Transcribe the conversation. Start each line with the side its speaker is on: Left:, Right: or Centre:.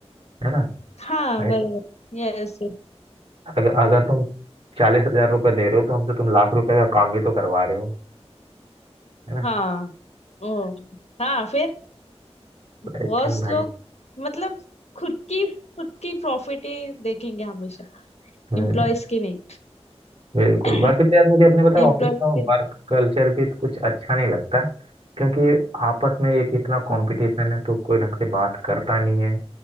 Right: है ना
Left: हाँ
Right: भाई
Left: बराबर
Right: तो
Left: यस
Right: अगर अगर तुम चालीस हजार रुपये दे रहे हो तो हमसे तुम लाख रुपए का काम भी तो करवा रहे हो है ना
Left: हाँ ओ हाँ फिर
Right: लेकिन
Left: बॉस
Right: भाई
Left: लोग मतलब खुद की खुद की प्रॉफिट ही देखेंगे हमेशा
Right: हम्म।
Left: एम्प्लॉयज की नहीं
Right: बिल्कुल
Left: <coughs>
Right: बाकी तो
Left: <clears throat>
Right: यार मुझे अपने पता है
Left: एम्प्लॉयज
Right: ऑफिस का
Left: की
Right: वर्क कल्चर भी तो कुछ अच्छा नहीं लगता क्योंकि आपस में एक इतना
Left: हाँ
Right: कंपटीशन है तो कोई ढंग से बात करता नहीं है